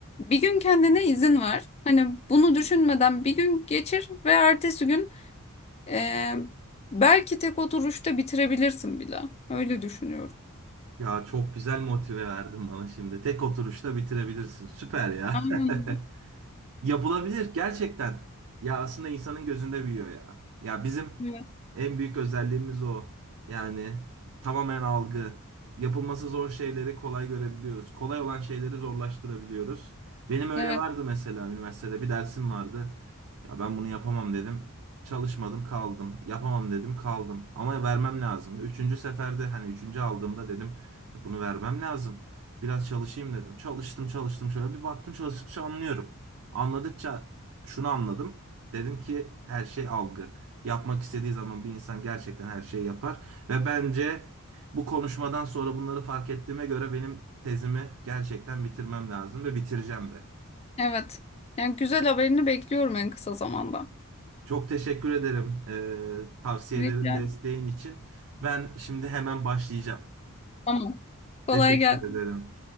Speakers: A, on the left; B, on the right.
A: bir gün kendine izin ver. Hani bunu düşünmeden bir gün geçir ve ertesi gün eee, belki tek oturuşta bitirebilirsin bile. Öyle düşünüyorum.
B: Ya çok güzel motive verdin bana şimdi. Tek oturuşta bitirebilirsin. Süper ya.
A: Aynen.
B: <laughs> Yapılabilir gerçekten. Ya aslında insanın gözünde büyüyor ya. Ya bizim
A: <laughs>
B: en büyük özelliğimiz o. Yani tamamen algı. Yapılması zor şeyleri kolay görebiliyoruz. Kolay olan şeyleri zorlaştırabiliyoruz. Benim öyle
A: Evet,
B: vardı mesela üniversitede bir dersim vardı. Ya ben bunu yapamam dedim. Çalışmadım kaldım. Yapamam dedim kaldım. Ama vermem lazımdı. Üçüncü seferde hani üçüncü aldığımda dedim ya bunu vermem lazım. Biraz çalışayım dedim. Çalıştım çalıştım şöyle bir baktım çalıştıkça anlıyorum. Anladıkça şunu anladım. Dedim ki her şey algı. Yapmak istediği zaman bir insan gerçekten her şeyi yapar. Ve bence bu konuşmadan sonra bunları fark ettiğime göre benim tezimi gerçekten bitirmem lazım ve bitireceğim de.
A: evet. Yani güzel haberini bekliyorum en kısa zamanda.
B: Çok teşekkür ederim eee, tavsiyelerin,
A: Evet, yani.
B: desteğin için. Ben şimdi hemen başlayacağım.
A: Tamam.
B: <laughs>
A: Kolay
B: Teşekkür
A: gelsin.
B: ederim.